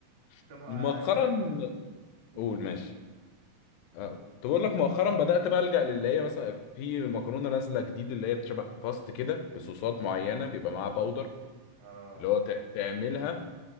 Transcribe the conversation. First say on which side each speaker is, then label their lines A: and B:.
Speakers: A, on the left; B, on the right.
A: <laughs>
B: طب هسألك
A: مؤخرا
B: سؤال قول
A: قول
B: قول.
A: ماشي اه تقول لك مؤخرا بدأت بقى ألجأ للي هي مثلا في مكرونة نازلة جديد اللي هي بتشبه باستا كده بصوصات معينة بيبقى معاها باودر
B: اه
A: اللي هو تع- تعملها